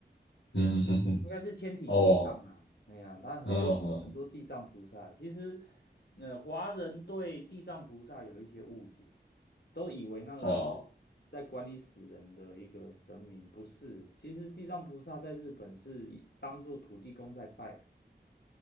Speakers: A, on the left; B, on the left.
A: 嗯嗯嗯，
B: 应该是千体地藏啊，
A: 哦
B: 哎呀，他很多很多地藏菩萨，
A: 嗯嗯
B: 其实，呃，华人对地藏菩萨有一些误解，都以为那个是在管理死人的一个神明，
A: 啊
B: 不是，其实地藏菩萨在日本是一当做土地公在拜。